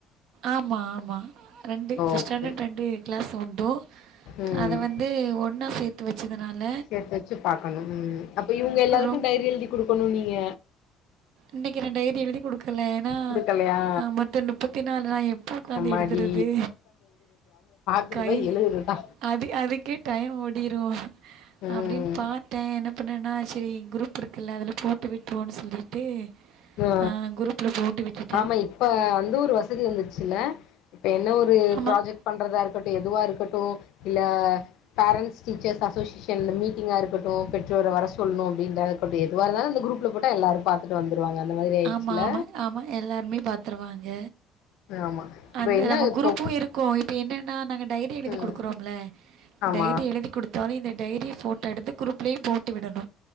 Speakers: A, on the right; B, on the left.
A: ஆமா ஆமா ரெண்டு்
B: ஓகே
A: ஃபஸ் ஸ்டாண்டர் ரெண்டு க்ளாஸ் உண்டோ
B: ம்
A: அத வந் து ஒன்னா சேத் துவச்சதுனால
B: சேத்து வச்சி பாக்கணு ம் அப்ப இவுங்க எல்லாருக்கு
A: ரொம்
B: டைரி எழுதி குடுக்கணு நீங்க
A: இன்னக்கி நா டைரி எழுதி குடு கல ஏனா
B: குடுக்கலையா
A: மொத்த நுப்பத்தி நாலு நா எப்ப உக்கந்து
B: அம்மாடி
A: எழுதுறது
B: கொண்டு
A: கை
B: போய் எழுதுறத்தா
A: அது அதுக்கே டைய ஓடிரு
B: ம்
A: அப்டி பாத்தே என்ன பண்ணேன்னா செரி குரூப் இருக்குல்ல அதுல போட்டு விட்ருவோனு சொல்லி ஏ
B: ஆ
A: அ குரூப்புல போட்டு விட்டுட்ட
B: ஆமா இப்ப அந்த ஒரு வசதி வந்துருச்சுல இப்போ என்ன ஒரு
A: ஆமாம்
B: ப்ராஜெக் பண்றதா இருக்கட்டு எதுவா இருக்கட்டு இல்ல பேரண்ட்ஸ் டீச்சர்ஸ் அசோசிஷன்ல மீட்டிங்கா இருக்கட்டு பெற்றோர வர சொல்னு அப்டின்ட அப்டி எதுவா இருந்தாலு இந்த குருப்ல போட்டா எல்லாரு பாத்துட்டு வந்துருவாங்க அந்த மாதிரி ஆயிடுச்சுல
A: ஆமா ஆமா ஆமா எல்லார்மே பாத்துருவாங்க
B: ஆமா இப்ப
A: அந்த
B: என்ன
A: நம்ம
B: இப்போ
A: குரூப்பு இருக்கு இப்ப என்னன்னா நாங்க டைரி எழுதி
B: ம்
A: குடுக்குறோம்ல
B: ஆமா
A: டைரி எழுதி குடுத்தாலு இந்த டைரிய போட்டோ எடுத்து குருப்லயு போட்டு விடணு